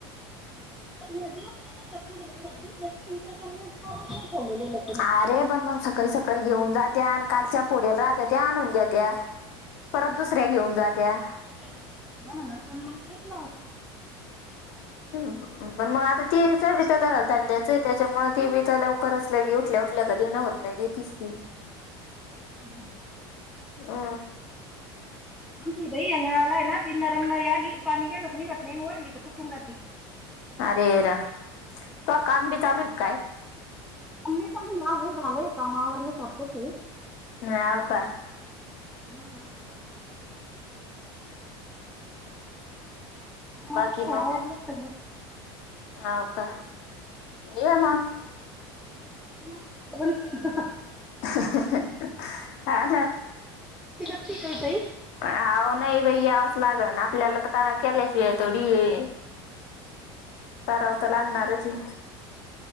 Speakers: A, in the centre; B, on the left.
A: <unintelligible>
B: आरे पण मंग सकाळी सकाळी घेऊन जात्या आणि कालच्या फोडेल राहत्या त्या आणून देत्या. परत दुसऱ्या घेऊन जात्या.
A: आमाला पण मंग तेच लावता.
B: हुं हु. पण मग आता तिचं बी त ध धंद्याचंय त्याच्यामुळे ती बि त लवकर असल्या की उठल्या उठल्या कधी न देन होत नई दि तीसरी.
A: अं ह.
B: अ.
A: आमची बई नळालायनं ती नरम नळी आली, पाणी गेलं का नीघत नई अन् ओढली का तुटून जाती.
B: अरे रा तूआ काम बी चालूय काय?
A: अन् नईच अजुन माझं झालंय काम आवरल्यासारखंचे.
B: ह्याव का.
A: हा. काम
B: बाकी
A: आता काय
B: मंग,
A: आवरलं सगळं
B: हाव का ये मंग. <inaudible>
A: <unintelligible>
B: <unintelligible> हा ना.
A: ठीके तई.
B: आव नई बई यावचं लागन आपल्याला त करा केल्याशिवाय थोडीये. कराव त लागणारचे.